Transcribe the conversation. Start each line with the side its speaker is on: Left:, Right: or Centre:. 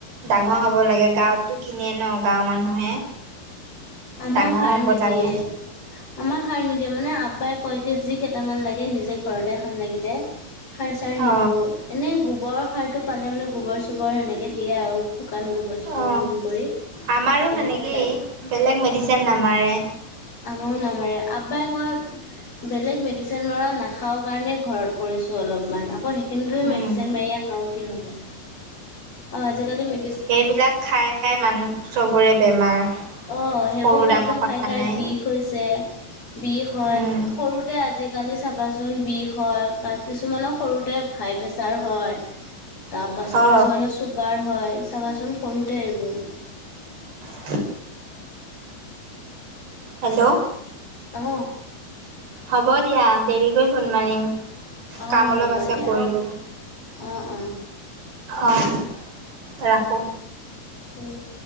Right: ডাঙৰ
Left: অ
Right: হ'ব লাগে গাঁৱততো কিনে ন' গাঁৱৰ মানুহে।
Left: আমাৰ
Right: ডাঙৰ
Left: সাৰ
Right: হ'ব
Left: নিদিয়ে।
Right: লাগে
Left: আমাৰ সাৰ নিদিয়ে মানে আব্বাই কয় কি যি কেইটামান লাগে নিজে ঘৰতে খাম লাগিলে। সাৰ-চাৰ নিদো
Right: অ
Left: এনে গোবৰ সাৰ টো পালে মানে গোবৰ-চোবৰ সেনেকে দিয়ে আৰু শুকান গো গোবৰ-চোবৰ
Right: অ
Left: গুৰ কৰি,
Right: আমাৰো
Left: এনে
Right: সেনেকেই
Left: মানে তা
Right: বেলেগ মেডিচিন নামাৰে।
Left: আমাৰো নামাৰে। আব্বাই কয় বেলেগ মেডিচিন মৰা নাখাও কাৰণে ঘৰত কৰিছো অলপ।। অকমান, আকৌ সেইখিনি যদি
Right: উম
Left: মেডিচিন মাৰিয়ে খাওঁ কি হ'ব। অ, আজিকালি মে
Right: সেইবিলাক খাই, খাই মানুহ চবৰে বেমাৰ।
Left: অ, সেইবোৰ
Right: সৰু
Left: খাদ্য
Right: ডাঙৰ কথা
Left: খাই, খাই
Right: নাই
Left: বিষ হৈছে, বিষ হয়,
Right: উম
Left: সৰুতে আজিকালি চাবাচোন বিষ হয়। কা কিছুমানৰ সৰুতে হাই প্ৰেচাৰ হয়, তাৰ পাছত
Right: অ
Left: কিছুমানৰ চুগাৰ হয়, চাবাচোন সৰুতে এইবোৰ।
Right: <inaudible> হেল্ল',
Left: অ
Right: হ'ব দিয়া দেৰিকৈ ফোন মাৰিম।
Left: অ,
Right: কাম অলপ
Left: হ'ব
Right: আছে
Left: দিয়া।
Right: কৰিলোঁ
Left: অ, অ।
Right: অঁ, ৰাখোঁ।
Left: উম।